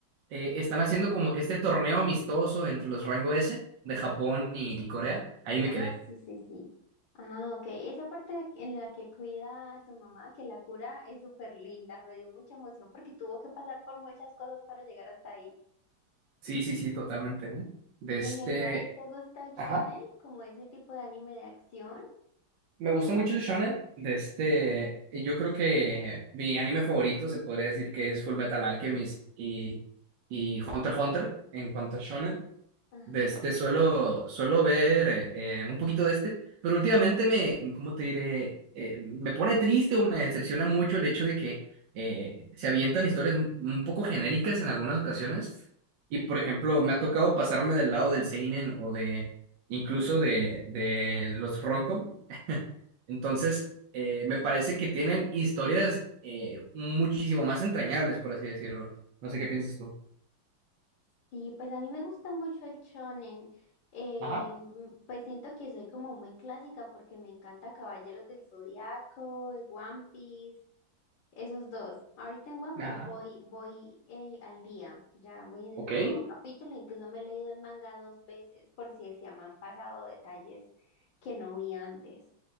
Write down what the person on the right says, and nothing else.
eh, están haciendo como que este torneo amistoso entre los rango S de Japón y, y Corea. Ahí me
quedé.
Sí, sí, sí, totalmente. ¿eh? De
este.
Ajá.
Me gusta mucho el shonen. De este. y Yo creo que mi anime favorito se podría decir que es Full Metal Alchemist y, y Hunter x Hunter en cuanto a shonen.
De este suelo, suelo ver eh, eh, un poquito de este, pero últimamente me, ¿cómo te diré? Eh, me pone triste o me decepciona mucho el hecho de que eh, se avientan historias un un poco genéricas en algunas ocasiones. Y por
ejemplo, me ha tocado pasarme del lado del seinen o de incluso de, de los roncom. <laughs> Entonces, eh, me parece que tienen historias eh, muchísimo más entrañables, por así decirlo. No sé qué piensas tú.
Ajá,
ajá.
Ok.